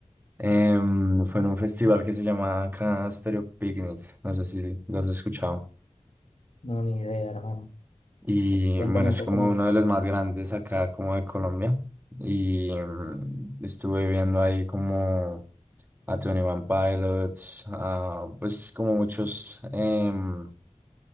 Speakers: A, on the right; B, on the left.
A: Em, fue en un festival que se llama acá Stereo Picnic. No sé si lo has escuchado.
B: No, ni idea, hermano.
A: Y
B: Cuéntame
A: bueno,
B: un
A: es
B: poco
A: como
B: más.
A: uno de los más grandes acá, como de Colombia. Y em, estuve viendo ahí como a 21 Pilots, a, pues como muchos. em,